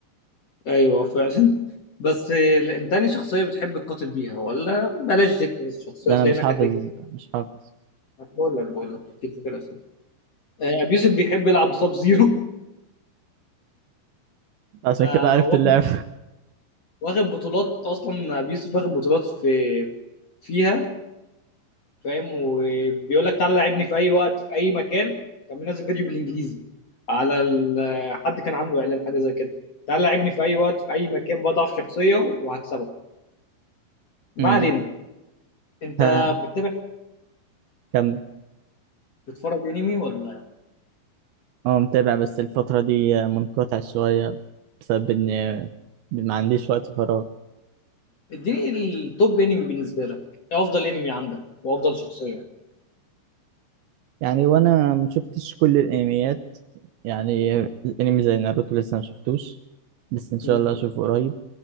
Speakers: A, on the left; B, on the right.
A: ايوه فعلا <laughs> بس ال- انت انهي شخصيه بتحب تقاتل بيها ولا بلاش ذكر الشخصيات
B: ده أنا
A: لانك
B: مش حافظ
A: هتلاقي
B: مش حافظ
A: بقول لك بقول لك كتير في كده اسئله ابيوسف بيحب يلعب بساب زيرو
B: عشان
A: <laughs>
B: كده عرفت اللعب
A: واخد بطولات اصلا ابي يوسف واخد بطولات في فيها فاهم وبيقول لك تعالى لعبني في اي وقت في اي مكان كان منزل فيديو بالانجليزي على ال- حد كان عامله اعلان حاجه زي كده تعالى لعبني في اي وقت في اي مكان بضعف شخصيه وهكسبك ما
B: امم
A: علينا انت
B: <laughs> ها،
A: بتتابع
B: كم
A: بتتفرج انمي ولا
B: هو متابع بس الفترة دي منقطع شوية بسبب إن ما عنديش وقت فراغ
A: اديني التوب انمي بالنسبه لك ايه افضل انمي عندك وافضل شخصيه
B: يعني وأنا مشفتش كل الأنميات يعني الأنمي زي ناروتو لسه مشفتوش بس إن شاء
A: مم.
B: الله أشوفه قريب